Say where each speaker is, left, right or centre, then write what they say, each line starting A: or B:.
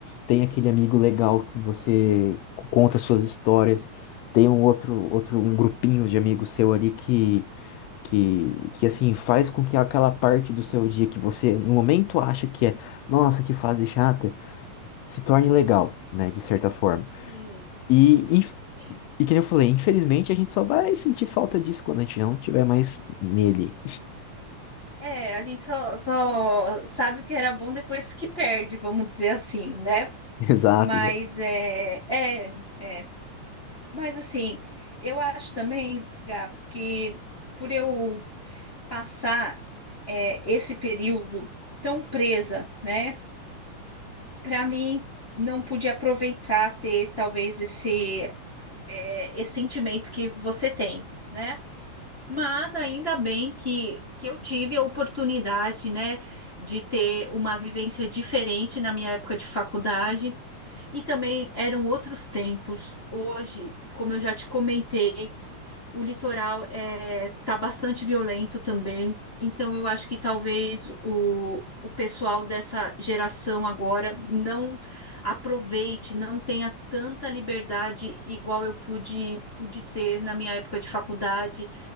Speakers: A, on the left; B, on the left.
A: tem aquele amigo legal que você conta suas histórias, tem um outro, outro, um grupinho de amigos seu ali que que, que assim faz com que aquela parte do seu dia que você no momento acha que é, nossa, que fase chata, se torne legal, né, de certa forma.
B: Sim,
A: E,
B: sim,
A: inf-
B: sim.
A: e, que nem eu falei, infelizmente a gente só vai sentir falta disso quando a gente não tiver mais nele.
B: É, a gente só, só sabe o que era bom depois que perde, vamos dizer assim, né?
A: <laughs> Exato,
B: Mas
A: exato.
B: é, é, é. Mas assim, eu acho também, Gá, que por eu passar é, esse período tão presa, né? Para mim, não pude aproveitar ter talvez esse, é, esse sentimento que você tem, né? Mas ainda bem que, que eu tive a oportunidade, né, de ter uma vivência diferente na minha época de faculdade. E também eram outros tempos. Hoje, como eu já te comentei, o litoral é, tá bastante violento também. Então, eu acho que talvez o, o pessoal dessa geração agora não aproveite, não tenha tanta liberdade igual eu pude, pude ter na minha época de faculdade